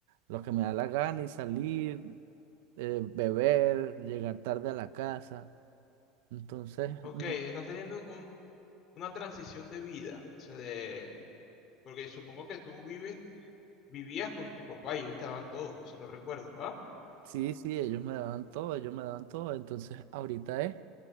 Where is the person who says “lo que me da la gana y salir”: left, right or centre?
Right